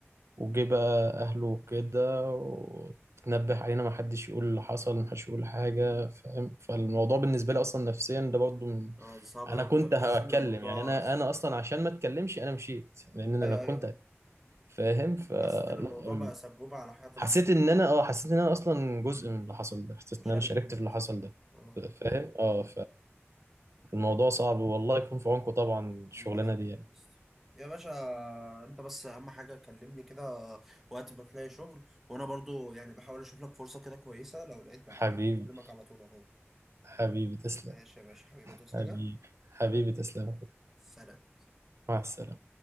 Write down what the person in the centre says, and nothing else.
اه دي صعبه
قوي
انت بتحس
ان الموضوع
ايوه
ايوه ايوه
حسيت ان الموضوع
بقى سبوبه على حياه
المشارك
في الموضوع
آه.
الله يخليك
يا اسطى. يا باشا انت بس اهم حاجه كلمني كده وقت ما تلاقي شغل وانا برضو يعني بحاول اشوف لك فرصه كده كويسه لو لقيت بقى
على طول- بكلمك على طول اهو
ماشي يا باشا حبيبي ادوس
حاجه
سلام